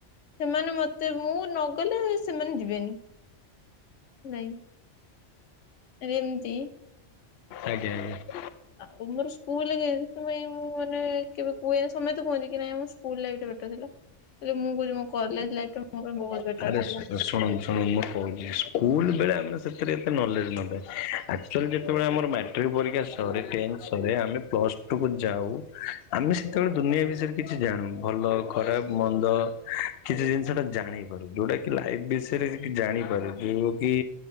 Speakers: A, on the left (about 80°); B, on the left (about 60°).
A: ସେମାନେ ମତେ ମୁଁ ନଗଲେ ସେମାନେ ଯିବେନି ନାଇଁ। ରେ ଏମିତି
B: ଆଜ୍ଞା ଆଜ୍ଞା।
A: ଆଉ ମୋର ସ୍କୁଲ ତ ମୁଁ ମାନେ କେବେ କୁହେନି ସମୟେ ତ କୁହନ୍ତି କି ନାଇଁ ଆମ ସ୍କୁଲ ରେ ଏଇଟା ବେଟର ଥିଲା। ହେ ମୁଁ କହୁଛି ମୋ କଲେଜ ଲାଇଫ ଟା ମୋ ପାଇଁ ବହୁତ
B: <unintelligible>
A: ବେଟର ଥିଲା।
B: ଶୁଣ ଶୁଣ ମୁଁ କହୁଛି ସ୍କୁଲ ବେଳେ ଆମେ ସେଥିରେ ଏତେ ନଲେଜ୍ ନେବେ ଆ ଆଚୁଆଲି ଯେତେବେଳେ ଆମର ମାଟ୍ରିକ ପରୀକ୍ଷା ସରେ ଟେନ୍ ସରେ ଆମେ ପ୍ଲସ୍ ଟୁକୁ ଯାଉ ଆମେ ସେତେବେଳେ ଦୁନିଆ ବିଷୟରେ କିଛି ଜାଣୁ ଭଲ ଖରାପ ମନ୍ଦ କିଛି ଜିନିଷ ଟା ଜାଣିବା। ଯୋଉଟା କି ଲାଇଫ୍ ବିଷୟରେ ଜାଣିପାରୁ ଯୋଉ କି